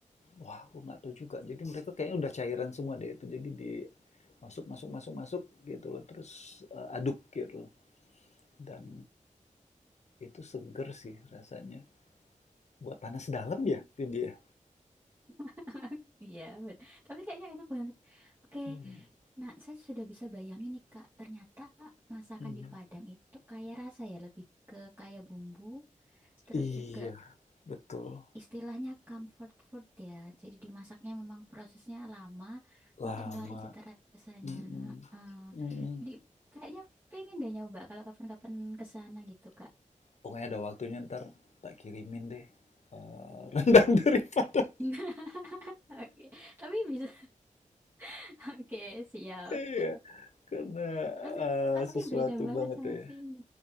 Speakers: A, on the left; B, on the right.
A: wah aku nggak tahu juga. Jadi mereka kayaknya udah cairan semua deh itu. Jadi di masuk masuk masuk masuk gitu loh. Terus, eee, aduk gitu loh. Dan itu seger sih rasanya. Buat panas dalam ya ini ya?
B: <laughs> Iya, bet- tapi kayaknya enak banget. Oke,
A: Mhm
B: nah saya sudah bisa bayangin nih Kak, ternyata masakan
A: mhm.
B: di Padang itu kaya rasa ya, lebih ke kaya bumbu, terus
A: Iya,
B: juga
A: betul.
B: istilahnya comfort food ya. Jadi dimasaknya memang prosesnya lama
A: Lama.
B: untuk ngeluarin cita rasanya.
A: Mhm
B: Heeh.
A: mhm.
B: Jadi kayaknya pengen deh nyoba kalau kapan-kapan ke sana gitu Kak.
A: Pokoknya ada waktunya ntar tak kirimin deh, eee, rendang <laughs> dari Padang.
B: <laughs> Oke, tapi bisa. <laughs> Oke, siap.
A: ya. karena,
B: Soalnya
A: eee,
B: pasti
A: sesuatu
B: beda banget
A: banget
B: sama
A: ya.
B: sini.